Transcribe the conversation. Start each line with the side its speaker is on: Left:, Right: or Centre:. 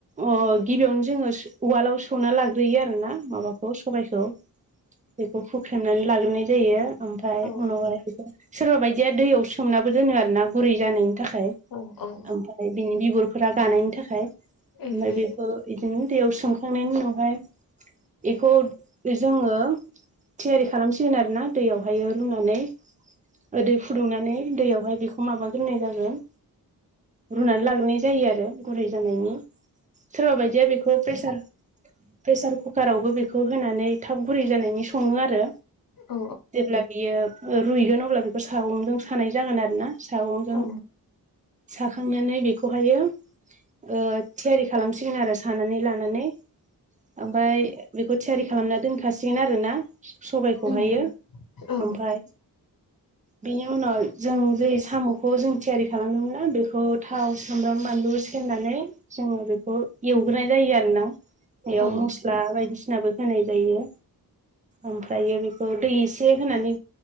Right: ओ गिबियावनो जोङो सु उवालाव सौना लाग्रोयो आरोना माबाखौ सबायखौ बेखौ फुख्रेमनानै लाग्रोनाय जायो ओमफाय
Left: औ
Right: उनावहाय सोरबा बायदिया दैयाव सोमनाबो दोनो आरोना गुरै जानो थाखाय
Left: औ औ
Right: ओमफ्राय बिनि बिगुरफोरा गानायनि थाखाय
Left: उम
Right: ओमफ्राय
Left: उम
Right: बेखौ बिदिनो दैयाव सोमखांनायनि उनावहाय बेखौ जोङो थियारि खालामसिगोन आरो ना दैयावहायो रुनानै ओ उदै फुदुंनानै दैयावहाय बेखौ माबाग्रनाय जागोन रुनानै लाग्रोनाय जायो आरो गुरै जानायनि सोरबा बायदिया बेखौ प्रेसार प्रेसार कुकारावबो बेखौ होनानै थाब गुरै जानायनि सङो आरो
Left: औ
Right: जेब्ला बियो रुइगोन अब्ला बेखौ सागंजों सानाय जागोन आरो ना सागंजों
Left: औ
Right: साखांनानै बेखौ खौहायो ओ थियारि खालामसिगोन आरो सानानै लानानै ओमफाय बेखौ थियारि खालामना दोनखाासिगोन आरो ना सबायखौहायो
Left: उम उम औ
Right: ओमफाय बेनि उनाव जों जै साम'खौ जों थियारि खालामदोंमोनना बेखौ थाव सामब्राम बानलु सेरनानै जोङो बेखौ एवग्रोनाय जायो आरो ना बेयाव
Left: औ
Right: मस्ला बायदिसिना नाबो होनाय जायो ओमफ्रायो बेखौ दै एसे होनानै